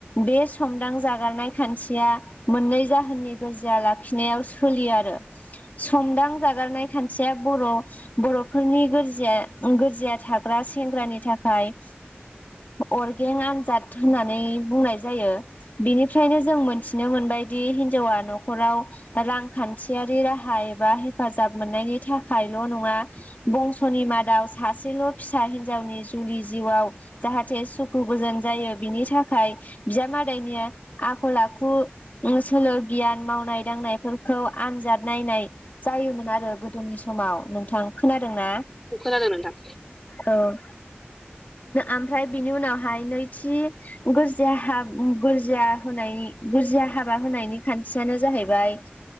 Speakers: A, on the left; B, in the centre.
A: बे समदां जागारनाय खान्थिया मोननै जाहोननि गोरजिया लाखिनायाव सोलियो आरो समदां जागारनाय खान्थिया बर' बर'फोरनि गोरजिया गोरजिया थाग्रा सेंग्रानि थाखाय अरगें आनजाद होननानै बुंनाय जायो। बिनिफ्रायनो जों मोनथिनो मोनबायदि हिनजावा न'खराव रांखान्थियारि राहा एबा हेफाजाब मोननायनि थाखायल' नङा। बंस'नि मादाव सासेल' फिसा हिनजावनि जुलि जिउआव जाहाथे सुखु गोजोन जायो बिनि थाखाय बिजामादैनि आखल आखु सोलो गियान मावनाय दांनायफोरखौ आनजाद नायनाय जायोमोन आरो गोदोनि समाव नोंथां खोनादों ना?
B: औ खोनादों नोंथां।
A: औ आमफ्राय बिनि उनावहाय नैथि गोरजिया हा गोरजिया होनायनि गोरजिया हाबा होनायनि खान्थियानो जाहैबाय